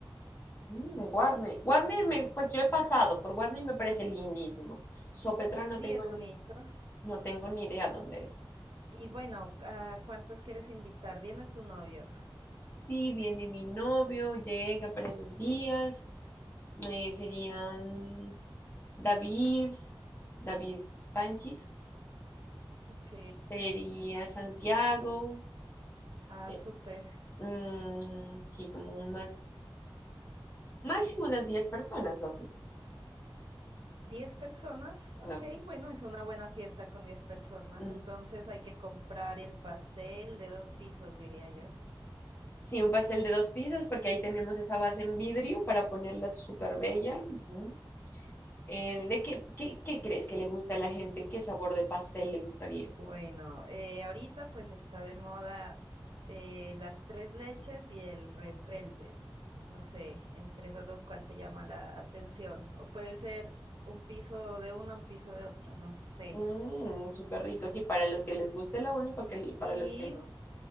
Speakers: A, on the left; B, on the right.
A: mm, Guarne. Guarne, me, pues yo he pasado por Guarne y me parece lindísimo. Sopetrán
B: Sí,
A: no tengo,
B: es
A: ni-
B: bonito.
A: no tengo ni idea dónde es.
B: Y bueno, ¿a cuántos quieres invitar? Viene tu novio.
A: Sí, viene mi novio, llega para esos días. eh, serían David, David Panchis,
B: Ok.
A: sería Santiago,
B: Ah,
A: eh,
B: súper.
A: mm, sí, como unas, máximo unas diez personas, Sofi.
B: ¿Diez personas? Ok,
A: No,
B: bueno, es una buena fiesta con diez personas.
A: mm.
B: Entonces hay que comprar el pastel de dos pisos, diría yo.
A: Sí, un pastel de dos pisos, porque ahí tenemos esa base en vidrio para ponerla súper
B: Ujú.
A: bella. ujú. Eh, ¿de qué, qué, qué crees que le gusta a la gente? ¿Qué sabor de pastel le gustaría?
B: Bueno, eh, ahorita pues está de moda eh, las tres leches y el Red Velvet. No sé, entre esas dos, ¿cuál te llama la atención? O puede ser un piso de una, un piso de otra, no sé.
A: Mmm, súper rico, sí, para los que les guste la uno y para, que, para
B: Y
A: los que no.